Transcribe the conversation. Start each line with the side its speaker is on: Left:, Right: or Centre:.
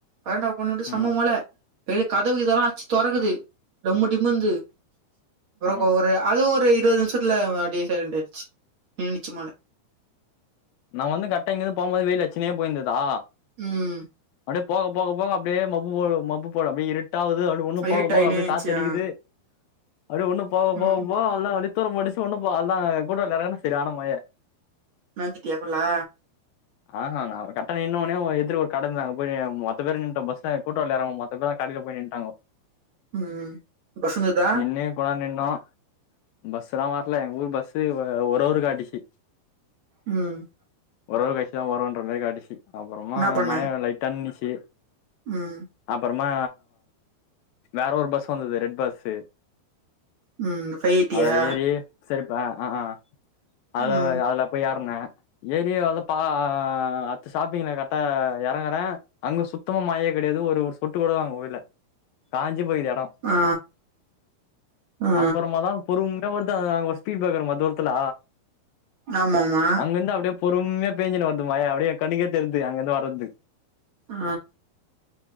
Right: கரண்ட் ஆஃப் பண்ணிவிட்டு செம்ம
Left: ம்
Right: மழ வெளியில கதவு இதெல்லா அட்ச்சு தொறக்குது டம்மு டிம்முனுது அப்றோ
Left: ஆ
Right: ஒரு அதுவு ஒரு இருவது நிம்ஷத் துல அப்டியே சைலன்ட் ஆயிடுச்சு நின்னுச்சு மழ
Left: நா வந்து கடரெக்டா இங்கிருந்து போகும்போது வெயில் அடுச்சுனே போயிருந்ததா
Right: ம்
Left: அப்டியே போக போக போக அப்டியே மப்பு போ மப்பு போல அப்டியே இருட்டாவது அ ஒண்ணு
Right: இருட்டாயினே
Left: போக போக அப்டியே
Right: இருந்ச்சு
Left: காத்து அடிக்குது
Right: ஆ
Left: அப்டியே ஒன்னு போக போக
Right: ம்
Left: போக அவ்ளோதா அப்டியே தூர போட்டிச்சு ஒண்ணும் போ அ அவ்ளதா செரியான மழ
Right: நஞ்சுட்டியா ஃபுல்லா
Left: ஆ க டக்குனு இன்ன ஒன்னியு எதிர்க்க ஒரு கட இருந்தது நாங்க போயி மொத்த பேரு நின்டோ பஸ்ல கூட்டோ எறங்குன மொத் தோ பேரு கடையில போயி நின்டாங்கோ
Right: ம் பஸ் வந்துதா
Left: நின்னு கொஞ் நேரோ நின்னோ பஸ் எல்லா வர்ல எங்க ஊர் பஸ்ஸு ஒரு ஒரு அவர் காட்டிச்சு
Right: ம்
Left: ஒரு அவர் கழிச்சி தா வருன்ற மாரி காட்டிச்சி அப்புறமா
Right: என்னா பண்ண
Left: மய லைட்டா நின்னுச்சி
Right: ம்
Left: அப்புறமா வேற ஒரு பஸ்ஸு வந்தது ரெட் பஸு
Right: ம் ஃபை எயிட்டியா
Left: அதுல ஏறி செரிப்பா அ அ அதுல
Right: ம்
Left: அதுல போயி ஏர்னே ஏறியே வல்ல பா அடுத்த ஸ்டாப்பிங்ல கரெக்டா எறங்குறே அங்க சுத்தமா மழையே கெடையாது ஒரு ஒரு சொட்டு கூட அங்க உழல்ல காஞ்சி போயிக்குது எடோ
Right: ஆ ஆ
Left: அப்புறமா தா பொறுமையா வருது அத அங்க ஒரு ஸ்பீட் ப்ரேக்கர்மா தூரத்துல
Right: ஆம ஆமா
Left: அங்கிருந்து அப்டியே பொறுமையா பேஞ்சுனு வருது மழ அப்டியே கண்ணுக்கே தெர்து அங்கருந்து வர்றது
Right: அ